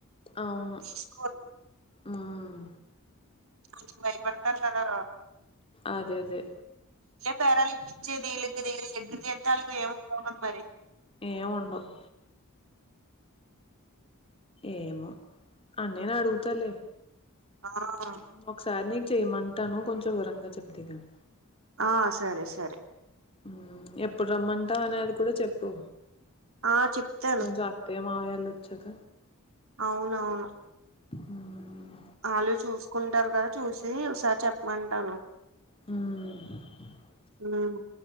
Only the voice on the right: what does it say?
తీసుకోరు
ర్చ బయపడ్తారు కదా
బేరాలిప్పిచ్చేదీళ్కి ఈళ్ల దగ్గర చేత్తే ఆళ్ళకు ఏమిండవుకద మరి
ఆ
ఆ సరే సరే
ఆ చెప్తాను
అవునవును
ఆళ్ళు చూసుకుంటారు గద చూసి ఒకసారి చెప్పమంటాను
మ్